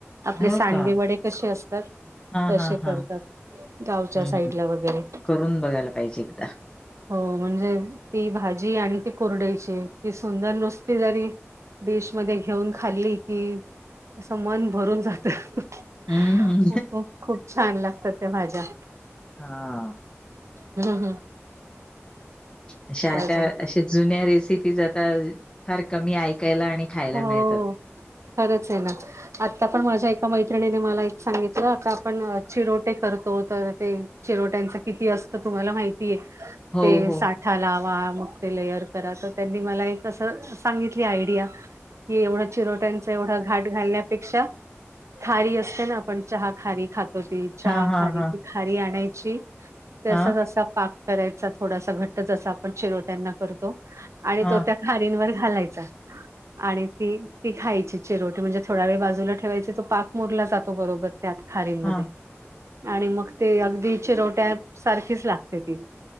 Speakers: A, on the right (about 75°); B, on the left (about 20°).
A: आपले
B: हो
A: सांडगे
B: का
A: वडे कसे असतात.
B: हा
A: तसे
B: हा हा
A: करतात गावच्या
B: हम्म
A: साईड ला वगैरे
B: करून बघायला पाहिजे एकदा
A: हो म्हणजे ती भाजी आणि ती कुरडयीची ती सुंदर नुसती जरी डिश मध्ये घेऊन खाल्ली की असं मन भरून जात. खूप
B: हम्म.
A: खूप खूप छान लागत्यात त्या भाज्या
B: हा हा.
A: हम्म ह
B: अश्या
A: अजून
B: त्या शी जुन्या रेसिपीज आता फार कमी ऐकायला आणि खायला
A: हो
B: मिळतात.
A: खरंच आहे ना आता पण माझ्या एका मैत्रिणीने मला एक सांगितलं आता आपण चिरोटे करतो तर ते चिरोट्यांच किती असतं तुम्हाला माहितीये
B: हो,
A: ते
B: हो.
A: साठा लावा मग ते लेयर करा तर त्यांनी मला एक अस सांगितली आयडिया की एवढ चिरोट्यांच एवढं घाट घालण्यापेक्षा खारी असते ना आपण चहा खारी खातो. तो ती चहा
B: हां, हां,
A: खारी
B: हां.
A: ती खारी आणायची जसा
B: हां,
A: जसा पाक करायचा थोडासा घट जसा आपण चिरोट्यांना करतो आणि
B: हां,
A: तो त्या खारींवर घालायचा. आणि ती ती खायची चिरोटे म्हणजे थोडा वेळ बाजूला ठेवायची तो पाक मुरला जातो बरोबर. त्यात खारींमध्ये,
B: हां.
A: आणि मग ते अगदी चिरोट्या सारखीच लागते ती